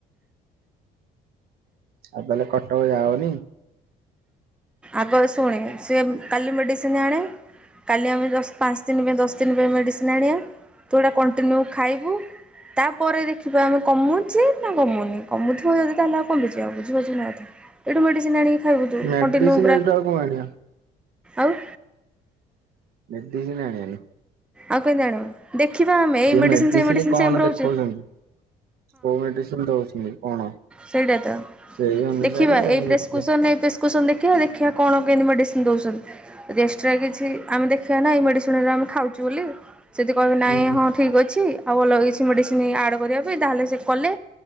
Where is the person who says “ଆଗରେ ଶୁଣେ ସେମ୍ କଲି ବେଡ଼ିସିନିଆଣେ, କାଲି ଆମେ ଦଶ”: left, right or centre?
Centre